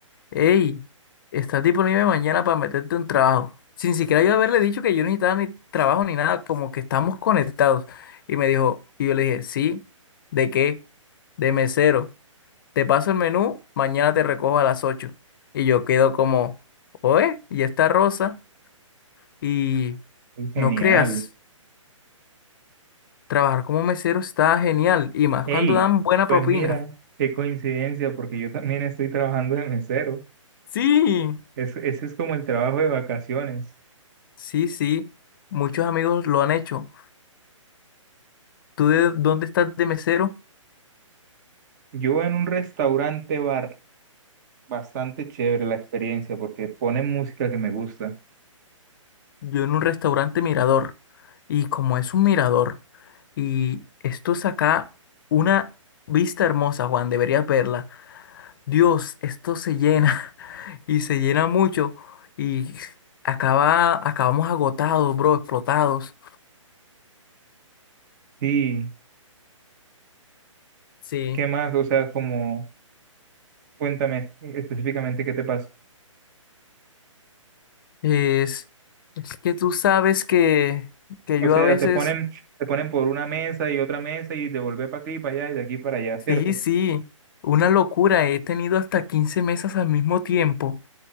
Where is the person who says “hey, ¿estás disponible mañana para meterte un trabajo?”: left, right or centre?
Left